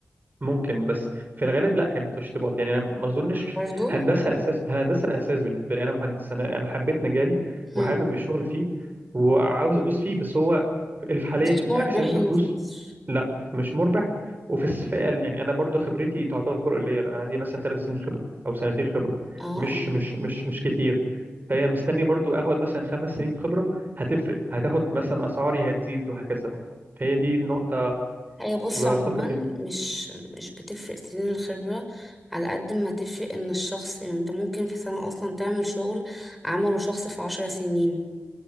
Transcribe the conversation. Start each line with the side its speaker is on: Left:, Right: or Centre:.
Right: ممكن بس في الغالب لا كانت تشطيبات يعني انا ما اظنش
Centre: برضو
Right: هندسه الاساس هندسه الاساس بالنسبه لي انا مهندس انا انا حبيت مجالي
Centre: هم.
Right: وحابب الشغل فيه وعاوز ادوس فيه بس هو اللي في حاليا
Centre: مش
Right: ان
Centre: مربح
Right: اكسب منه
Centre: هنا
Right: فلوس
Centre: في مصر
Right: لا مش مربح وفي الفئه اللي- يعني انا برضو خبرتي تعتبر قليله انا عندي مثلا ثلاث سنين خبره او سنتين خبره
Centre: اه
Right: مش
Centre: اه
Right: مش مش مش كتير فهي مستني برضو اخد مثلا خمس سنين خبره هتفرق هتاخد مثلا اسعاري هتزيد وهكذا برضو فهي دي النقطه
Centre: هي بص
Right: بفكر
Centre: عموما
Right: فيها
Centre: مش مش بتفرق سنين الخبرة على قد ما تفرق ان الشخص يعني انت ممكن في سنة اصلا تعمل شغل عمله شخص في عشر سنين